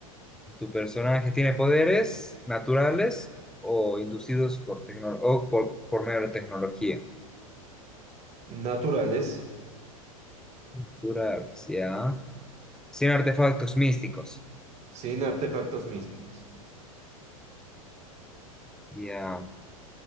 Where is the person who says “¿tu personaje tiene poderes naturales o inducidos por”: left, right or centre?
Centre